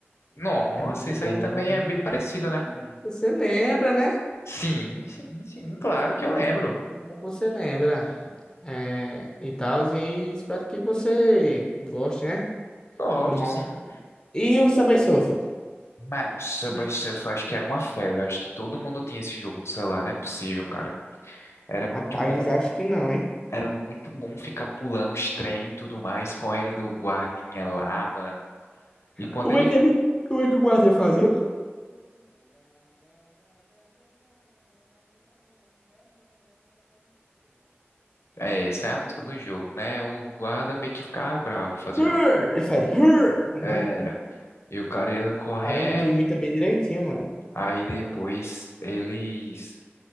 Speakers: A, on the left; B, on the left.
A: Nossa,
B: É muito
A: isso
B: bom.
A: aí também é bem parecido, né, com...
B: Você lembra, né?
A: Sim, sim, sim, claro que
B: Que
A: eu lembro.
B: bom que você lembra. É, e tal, e espero que você goste, né?
A: Gosto,
B: Do mal.
A: sim.
B: E o Subway Surf?
A: Mano, Subway Surfers acho que era uma febre. Acho que todo mundo tinha esse jogo no celular, não é possível, cara. Era muito
B: Rapaz,
A: bom,
B: acho que não, hein?
A: era muito bom ficar pulando os trem e tudo mais, correndo do guardinha lá, mano. E quando
B: Como
A: ele.
B: é que ele, como é que o guardiã fazia?
A: É, essa é a música do jogo, né? O guarda meio que ficava bravo, fazia.
B: Hur!
A: um
B: Ele faz, hur,
A: Era.
B: né?
A: E o cara ia correndo,
B: Caramba, tu imita bem direitinho, mano.
A: aí depois eles.